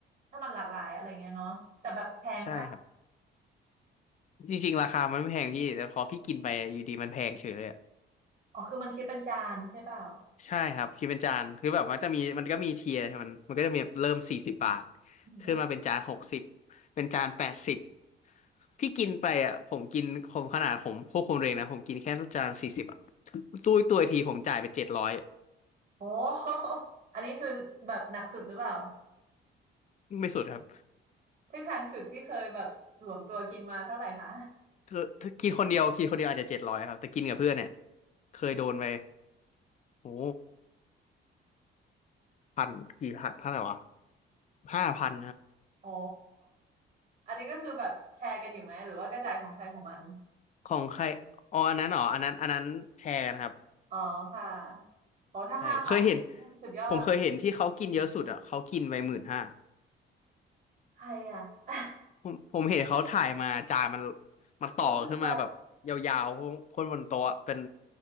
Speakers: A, on the right (about 40°); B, on the left (about 40°).
A: ถ้ามันหลากหลายอะไรเงี้ยเนาะแต่แบบแพงปะ
B: ใช่ครับจริงๆราคามันไม่แพงพี่แต่พอพี่กินไปอยู่ดีมันแพงเฉยเลยอะ
A: อ๋อคือมันคิดเป็นจานใช่เปล่า
B: ใช่ครับคิดเป็นจานคือแบบว่าจะมีมันก็มีเทียร์มันมันก็จะมีเริ่มสี่สิบบาท
A: อืม
B: ขึ้นมาเป็นจานหกสิบเป็นจานแปดสิบพี่กินไปอ่ะผมกินผมขนาดผมควบคุมเองนะผมกินแค่จานสี่สิบอ่ะตู้ยตัวทีผมจ่ายไปเจ็ดร้อย
A: โอ้ <laughs> อันนี้คือแบบหนักสุดหรือเปล่า
B: ไม่สุดครับ
A: ที่แพงสุดที่เคยแบบหลวมตัวกินมาเท่าไหร่คะ
B: คือถ้ากินคนเดียวกินคนเดียวอาจจะเจ็ดร้อยครับแต่กินกับเพื่อนเนี่ยเคยโดนไปโอ้พันกี่พันเท่าไหร่วะห้าพัน
A: โอ้อันนี้ก็คือแบบแชร์กันอยู่ไหมหรือว่ากระจายของใครของมัน
B: ของใครอ๋ออันนั้นเหรออันนั้นอันนั้นแชร์กันครับ
A: อ๋อค่ะโอ้ถ้าห้าพัน
B: ใช่เคยเห็น
A: สุดยอด
B: ผมเคยเห็นที่เขากินเยอะสุดอ่ะเขากินไปหมื่นห้า
A: ใครอ่ะ <laughs>
B: ผมผมเห็นเขาถ่ายมาจานมันมันต่อขึ้นมาแบบยาวๆคนบนโต๊ะอะเป็น
A: เขาคือใคร